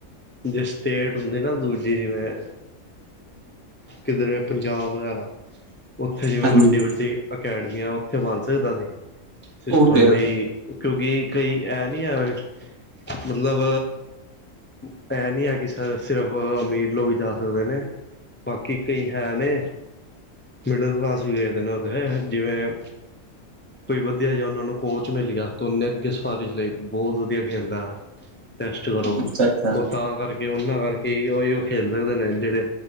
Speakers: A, on the left (about 15°); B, on the right (about 60°).
A: ਜੇ ਸਟੇਟ ਹੁੰਦੀ ਨਾ ਦੂਜੀ ਜਿਵੇਂ ਕਿਧਰੇ ਪੰਜਾਬ ਵਗੈਰਾ। ਉੱਥੇ ਜਿਵੇਂ
B: ਹਾਂਜੀ
A: ਵੱਡੀ- ਵੱਡੀ ਅਕੈਡਮੀਆਂ ਉੱਥੇ ਬਣ ਸਕਦਾ ਸੀ। ਸਿਸਟਮ
B: ਉਹ ਤੇ
A: ਬਈ
B: ਹੈ
A: ਕਿਉਂਕਿ ਕਈ ਐ ਨਹੀਂ ਹੈ। ਮਤਲਬ ਇਹ ਨੀ ਹੈ ਕਿ ਸਰ ਸਿਰਫ਼ ਅਮੀਰ ਲੋਕ ਜਾ ਸਕਦੇ ਨੇ। ਬਾਕੀ ਕਈ ਹੈ ਨੇ। ਮਿਡਲ ਕਲਾਸ ਵੀ ਗਏਦੇ ਨੇ ਉਹਦੇ ਜਿਵੇਂ ਕੋਈ ਵਧੀਆ ਜਿਹਾ ਉਹਨਾਂ ਨੂੰ ਕੋਚ ਮਿਲ ਗਿਆ। ਤਾਂ ਉਹਨੇ ਅੱਗੇ ਸਿਫਾਰਸ਼ ਲਈ ਬਹੁਤ ਵਧੀਆ ਖੇਲਦਾ ਹੈ। ਟੈਸਟ ਕਰੋ।
B: ਅੱਛਾ ਅੱਛਾ
A: ਉਹ ਤਾਂ ਕਰਕੇ ਉਹਨਾਂ ਕਰਕੇ ਹੀ ਉਹੀ ਉਹ ਖੇਲ ਸਕਦੇ ਨੇ ਜਿਹੜੇ